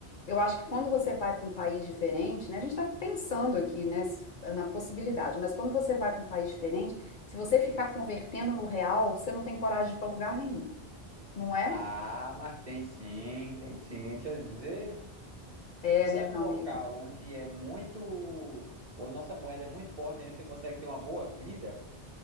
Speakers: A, on the left (about 60°); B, on the right (about 40°).
A: Eu acho que quando você vai para um país diferente, né, a gente está pensando aqui, né, se- na possibilidade, mas quando você vai para um país diferente, se você ficar convertendo no real, você não tem coragem de ir para lugar nenhum, não é?
B: Ah, mas tem sim, tem sim. Deixa eu dizer,
A: É,
B: sabe
A: né, meu
B: um local
A: amigo?
B: onde é muito, ou a nossa moeda é muito forte, onde você consegue ter uma boa vida?